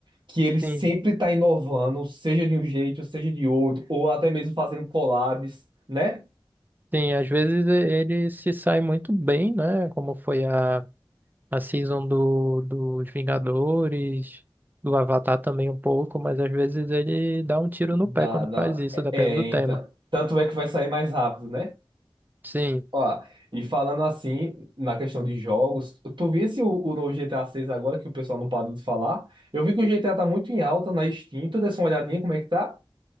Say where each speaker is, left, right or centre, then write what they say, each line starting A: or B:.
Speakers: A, on the right (about 60°); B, on the right (about 20°).
A: Que ele sempre
B: Sim,
A: está inovando, seja de um jeito, seja de outro, ou até mesmo fazendo collabs, né?
B: sim, às vezes e- ele se sai muito bem, né? Como foi a, a season do, dos Vingadores, do Avatar também um pouco, mas às vezes ele dá um tiro
A: Dá,
B: no pé quando
A: dá.
B: faz isso, dependendo
A: É,
B: do tema.
A: então. Tanto é que vai sair mais rápido, né?
B: Sim.
A: Ó, e falando assim, na questão de jogos, tu visse o, o novo GTA 6 agora, que o pessoal não parou de falar? Eu vi que o GTA tá muito em alta na Steam. Tu desse uma olhadinha como é que tá?